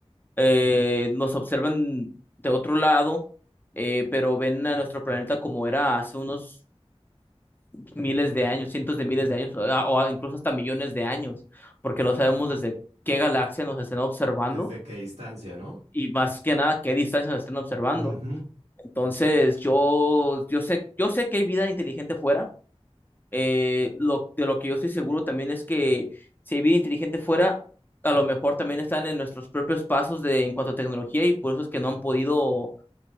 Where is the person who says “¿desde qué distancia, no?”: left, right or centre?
Right